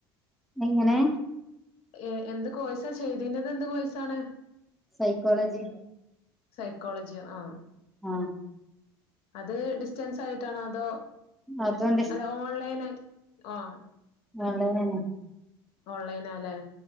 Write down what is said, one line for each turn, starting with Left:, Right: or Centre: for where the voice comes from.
Centre: എങ്ങനെ
Left: ഏ എന്ത് കോഴ്സ ചെ ചെയ്തീന്നത് എന്ത് കോഴ്സാണ്
Centre: സൈക്കോളജി
Left: സൈക്കോളജിയോ ആ
Centre: ആ
Left: അത് ഡിസ്റ്റൻസ് <unintelligible> ണോ അതോ
Centre: അതും
Left: അ ഓൺലൈനായി ആ
Centre: ഓൺലൈനെന്നെ
Left: ഓൺലൈനാല്ലേ